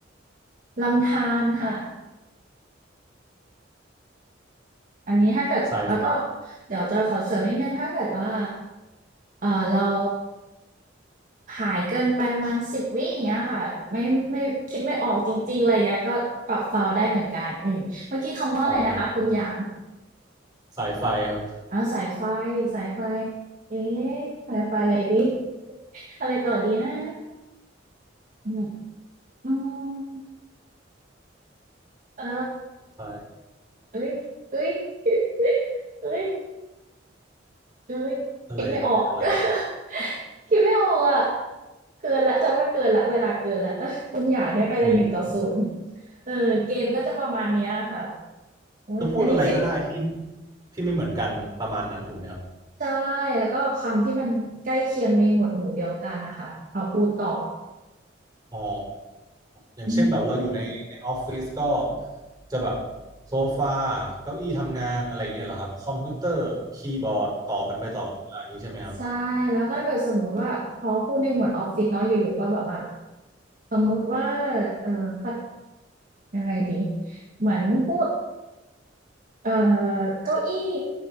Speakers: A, on the right; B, on the right.
A: ลำธารค่ะอันนี้ถ้าเกิดแล้วก็
B: สายไฟ
A: เดี๋ยวจะขอเสริมนิดนึงถ้าเกิดว่าเออเราหายเกินไปประมาณสิบวิอย่างเงี้ยค่ะไม่ไม่คิดไม่ออกจริงๆอะไรเงี้ยก็ปรับฟาวล์ได้เหมือนกันอืมเมื่อกี้คำว่าอะไรนะคะคุณหยาง
B: อ๋อสายไฟครับ
A: อาสายไฟสายไฟเอ๊ะสายไฟอะไรดี <laughs> อะไรต่อดีนะอืมอืมเออ
B: ไฟ
A: เอ้ยเอ้ยเอ้ยเอ้ยคิดไม่ออก
B: อะไรอะไรอะไร
A: <laughs> คิดไม่ออกอะเกินแล้วจอว่าเกินแล้วเวลาเกินแล้วเออ <laughs> คุณอยากได้ไปเลยหนึ่งต่อศูนย์
B: เออ
A: เออเกมก็จะประมาณเนี้ยค่ะโอ้ยอันนี้คิด
B: จะพูดอะไรก็ได้ที่ที่ไม่เหมือนกันประมาณนั้นถูกไหมครับ
A: ใช่แล้วก็คำที่มันใกล้เคียงในหมวดหมู่เดียวกันนะคะเอาพูดต่อ
B: อ๋ออย่างเช่นแบบเราอยู่ในในออฟฟิศก็
A: อืม
B: จะแบบโซฟาเก้าอี้ทำงานอะไรอย่างเงี้ยเหรอครับคอมพิวเตอร์คีย์บอร์ดต่อกันไปต่อกันมาอย่างนี้ใช่ไหมครับ
A: ใช่แล้วถ้าเกิดสมมุติว่าพอพูดในหมวดออฟฟิศเนาะอยู่ๆก็แบบว่าสมมุติว่าเอ่อพัดยังไงดีเหมือนพูดเอ่อเก้าอี้